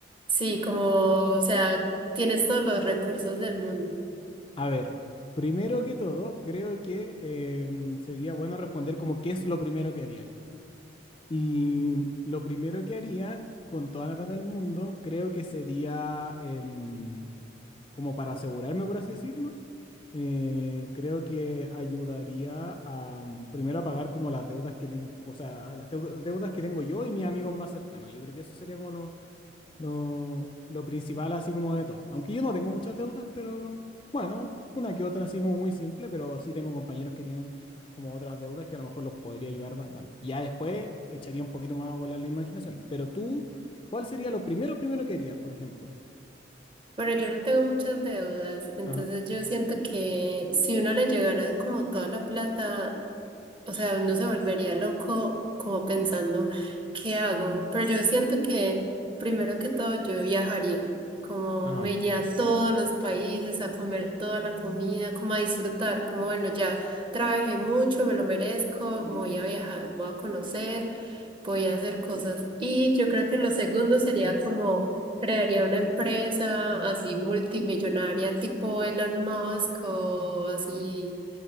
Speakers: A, on the right; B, on the left.
A: sí, como, o sea, tienes todos los recursos del mundo.
B: <laughs> A ver, primero que todo, creo que em, sería bueno responder como qué es lo primero que haría, quizás. Y lo primero que haría con toda la plata del mundo, creo que sería... em, como para asegurarme, por así decirlo, eh, creo que ayudaría a mm, primero a pagar como las deudas que tengo, o sea, las deu- deudas que tengo yo y mis amigos más cercanos. Yo creo que eso sería como lo, lo, lo principal, así como de todo. Aunque yo no tengo muchas deudas, pero bueno, una que otra así como muy simple, pero sí tengo compañeros que tienen como otras deudas que a lo mejor los podría ayudar bastante. Ya después echaría un poquito más a volar la imaginación. Pero tú, ¿cuál sería lo primero, primero que harías, por ejemplo?
A: Bueno, yo no tengo muchas deudas, entonces
B: Ajá,
A: yo siento que si uno le llegara como toda la plata, o sea, uno se volvería loco como pensando, ¿qué hago? Pero yo siento que primero que todo yo viajaría, como
B: ajá.
A: me iría a todos los países a comer toda la comida, como a disfrutar, como bueno, ya trabajé mucho, me lo merezco, me voy a viajar, voy a conocer, voy a hacer cosas. Y yo creo que lo segundo sería como Crearía una empresa así multimillonaria tipo Elon Musk o así